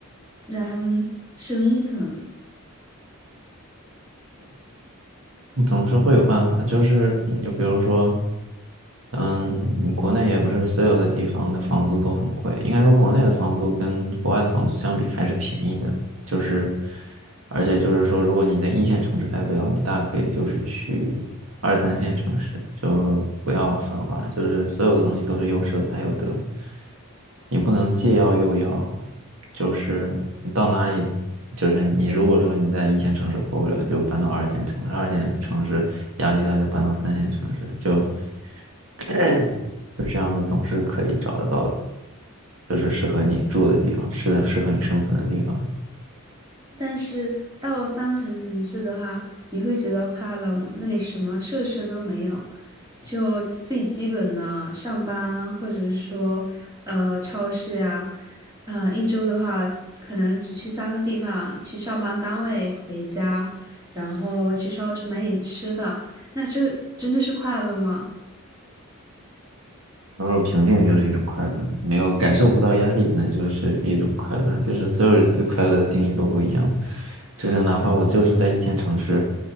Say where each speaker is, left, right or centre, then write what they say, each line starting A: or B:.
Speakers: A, on the right; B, on the right.
A: 让他们生存。
B: 我总是会有办法，就是嗯就比如说，嗯，国内也不是所有的地方的房租都很贵，应该说国内的房租跟国外的房租相比还是便宜的，就是。而且就是说，如果你在一线城市待不了，你大可以就是去二三线城市，就不要繁华，就是所有的东西都是有舍才有得，你不能既要又要，就是你到哪里，就是你如果说你在一线城市活不了，就搬到二线城市，二线城市压力大就搬到三线城市，就 <clears throat> 就这样子总是可以找得到，就是适合你住的地方，适适合你生存的地方。
A: 但是到了三层城市的话，你会觉得快乐吗？那里什么设施都没有，就最基本的上班，或者是说，呃，超市啊，呃，一周的话，可能只去三个地方：去上班单位、回家，然后去超市买点吃的。那这真的是快乐吗？
B: 他说平静就是一种快乐，没有感受不到压力，那就是一种快乐。就是所有人对快乐的定义都不一样，就是哪怕我就是在一线城市，